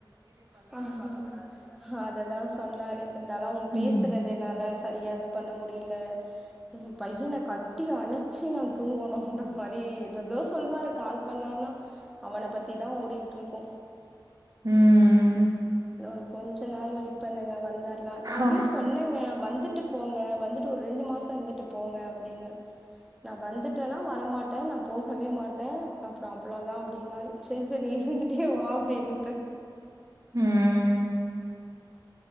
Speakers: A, in the centre; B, on the right.
A: ஆ அததா சொன்னாரு இருந்தாலுஅவன் பேசுறதுனால
B: ம்.
A: சரியா பண்ண முடியல என் பையனை கட்டி அணைச்சி நா தூங்கணும்ன்ற மாரி ஏதோதோ சொல்வாரு கால் பண்ணான்னா அவனை பத்தி தா ஓடிக்கிட்டுருக்கோ
B: உம்
A: ஒரு கொஞ்ச நாள் வெயிட் பண்ணுங்க வந்தாலா நா அப்பயு
B: ஓ!
A: சொன்னேங்க வந் வந்துட்டு போங்க வந்துட்டு ஒரு ரெண்டு மாச இருந்துட்டு போங்க அப்படின் நா வந்துட்டேன்னா வரமாட்டே நா போகவே மாட்டே அப்பற அவ்வளோதா அப்படின்னாரு சரி சரி நீ இருந்துட்டே வா அப்படின்னுட்ட
B: ம்.